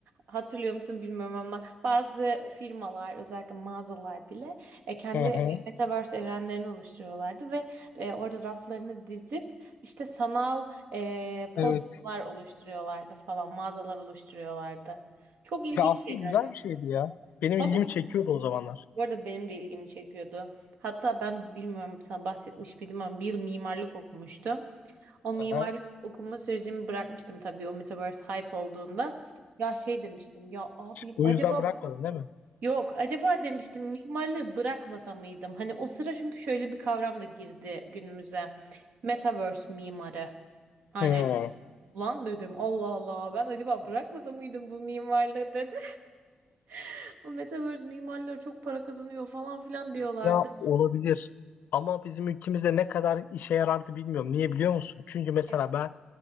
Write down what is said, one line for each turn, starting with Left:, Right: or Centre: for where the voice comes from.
Right: hatırlıyor musun bilmiyorum ama bazı firmalar özellikle mağazalar bile e, kendi
Left: Hı hı.
Right: metaverse evrenlerini oluşturuyorlardı ve e, orada raflarını dizip işte sanal e, podlar
Left: Evet.
Right: oluşturuyorlardı falan mağazalar oluşturuyorlardı. Çok ilginç
Left: Ya aslında
Right: şeyler.
Left: güzel
Right: ya.
Left: bir şeydi ya. Benim
Right: Tabii
Left: ilgimi çekiyordu o zamanlar.
Right: bu arada benim de ilgimi çekiyordu. Hatta ben bilmiyorum sana bahsetmiş miydim ama bir yıl mimarlık okumuştum. O mimarlık
Left: Aha.
Right: okuma sürecimi bırakmıştım tabii o Metaverse hype olduğunda. Ya şey demiştim ya abi
Left: Bu
Right: acaba
Left: yüzden bırakmadın değil mi?
Right: yok acaba demiştim mimarlığı bırakmasa mıydım? Hani o sıra çünkü şöyle bir kavram da girdi günümüze. Metaverse mimarı. Hani
Left: Hı.
Right: lan dedim Allah Allah ben acaba bırakmasa mıydım bu mimarlığı dedi. <laughs> O Metaverse mimarları çok para kazanıyor falan filan diyorlardı.
Left: Ya olabilir. Ama bizim ülkemizde ne kadar işe yarardı bilmiyorum. Niye biliyor musun? Çünkü mesela
Right: Evet,
Left: ben